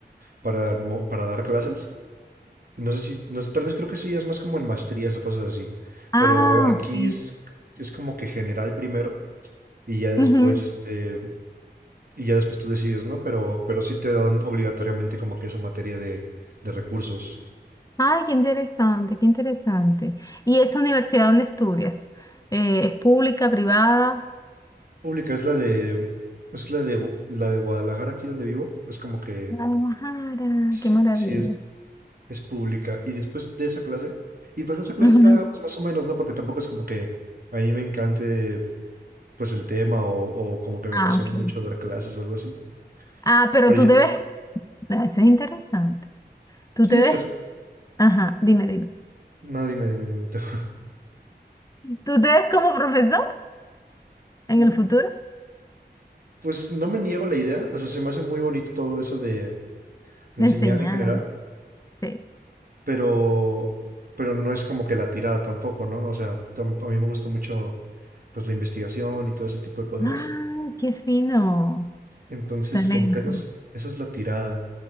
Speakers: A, on the right; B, on the left.
A: para, mo- para dar clases. No sé si, no sé, tal vez creo que eso ya es más como en maestrías o cosas así.
B: Ah,
A: Pero aquí
B: ok.
A: es, es como que general primero y ya después,
B: Ujú.
A: este, y ya después tú decides, ¿no? Pero, pero sí te dan obligatoriamente como que esa materia de, de recursos.
B: Ay, qué interesante, qué interesante. ¿Y esa universidad donde estudias? Eh, ¿es pública, privada?
A: Pública es la de, es la de, Gu- la de Guadalajara, aquí donde vivo. Es como que,
B: Guadalajara,
A: sí,
B: qué maravilla.
A: sí es pública. Y después de esa clase, y pues esa clase
B: Ujú.
A: está pues, más o menos, ¿no? Porque tampoco es como que a mí me encante pues el tema o, o como que me
B: Ah,
A: apasione
B: ok.
A: mucho dar clases o algo así.
B: Ah, pero
A: Pero
B: tú
A: yo,
B: te ves, ah, eso es interesante. Tú
A: sí,
B: te
A: o
B: ves,
A: sea, es-
B: ajá, dime, dime.
A: no, dime, dime, dime tú. <laughs>
B: ¿Tú te ves como profesor en
A: Mm,
B: el futuro?
A: Pues no me niego la idea, o sea, se me hace muy bonito todo eso de, enseñar
B: De enseñar.
A: en general,
B: Sí.
A: pero, pero no es como que la tirada tampoco, ¿no? O sea, tam- a mí me gusta mucho pues la investigación y todo ese tipo de cosas.
B: Ay, qué fino.
A: Entonces,
B: Excelente.
A: como que eso es- esa es la tirada.